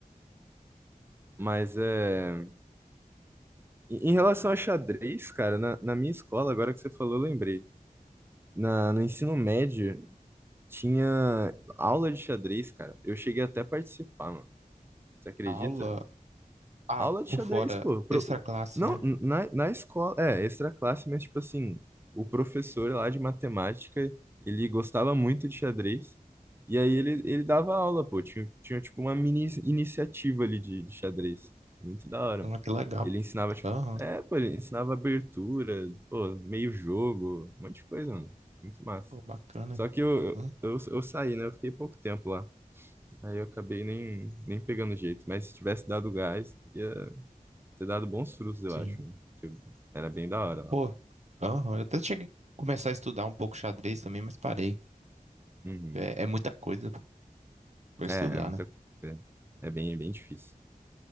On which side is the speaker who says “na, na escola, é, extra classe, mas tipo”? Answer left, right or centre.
Right